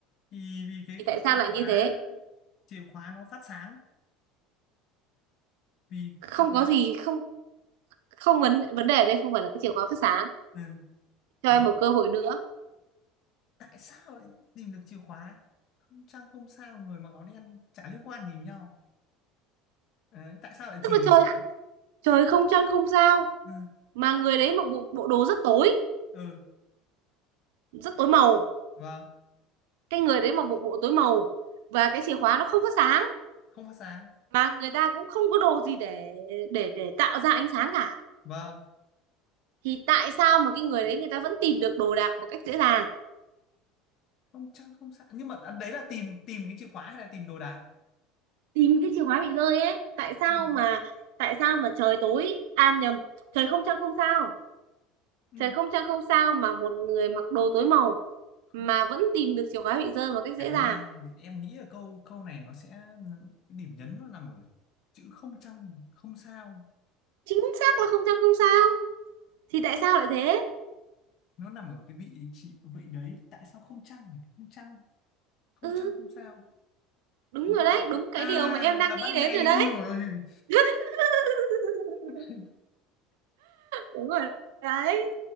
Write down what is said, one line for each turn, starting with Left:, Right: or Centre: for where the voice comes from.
Left: thì vì cái
Right: thì tại sao
Left: chìa
Right: lại
Left: khóa
Right: như thế
Left: chìa khóa nó phát sáng vì
Right: không
Left: chìa khóa
Right: có gì không không vấn vấn đề ở đây không phải là cái chìa khóa phát sáng
Left: ừ.
Right: cho
Left: nó
Right: em một cơ hội nữa
Left: tại sao lại tìm được chìa khóa không trăng không sao người mặc áo đen chả liên quan gì nhau đấy, tại sao lại
Right: tức
Left: tìm
Right: là
Left: được
Right: trời
Left: chìa khóa
Right: trời không trăng không sao
Left: ừ
Right: mà người đấy mặc bộ bộ đồ rất tối
Left: ừ,
Right: rất tối màu
Left: vâng
Right: cái người đấy mặc bộ bộ tối màu và cái chìa khóa nó không phát sáng
Left: không phát sáng
Right: mà người ta cũng không có đồ gì để để để tạo ra ánh sáng cả
Left: vâng
Right: thì tại sao mà cái người đấy người ta vẫn tìm được đồ đạc một cách dễ dàng
Left: không trăng không sao nhưng mà à, đấy là tìm tìm cái chìa khóa hay là tìm đồ đạc
Right: tìm cái chìa khóa bị rơi ấy tại sao
Left: tìm
Right: mà tại sao mà trời tối an nhầm trời không trăng không sao
Left: ừ.
Right: trời không trăng không sao mà một người mặc đồ tối màu
Left: không.
Right: mà vẫn tìm được chìa khóa bị rơi một cách
Left: à
Right: dễ dàng
Left: em nghĩ là câu câu này nó sẽ cái điểm nhấn nó nằm ở chữ không trăng không sao
Right: chính xác là không trăng không sao thì tại sao lại thế
Left: nó nằm ở cái vị trí vị đấy tại sao không trăng không trăng không
Right: ừ
Left: trăng không sao
Right: đúng
Left: đúng
Right: rồi
Left: không
Right: đấy đúng cái
Left: à
Right: điều mà em đang
Left: là
Right: nghĩ
Left: ban
Right: đến
Left: ngày
Right: rồi đấy
Left: ui rồi
Right: <laughs>
Left: <laughs>
Right: đúng rồi đấy